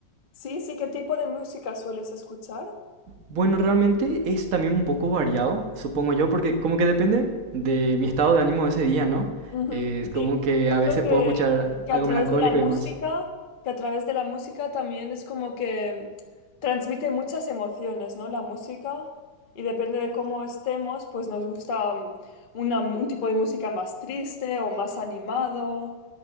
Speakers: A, on the left (about 60°); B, on the right (about 55°).
A: Sí, sí, ¿qué tipo de música sueles escuchar?
B: Bueno, realmente es también un poco variado, supongo yo, porque como que depende de mi estado de ánimo de ese día, ¿no?
A: Ujú,
B: Es como
A: Sí,
B: que
A: yo
B: a
A: creo
B: veces
A: que,
B: puedo escuchar
A: que
B: algo
A: a través
B: melancólico
A: de la música,
B: y demás.
A: que a través de la música también es como que transmite muchas emociones, ¿no? La música. Y depende de cómo estemos, pues nos gusta mm, una- un tipo de música más triste o más animado.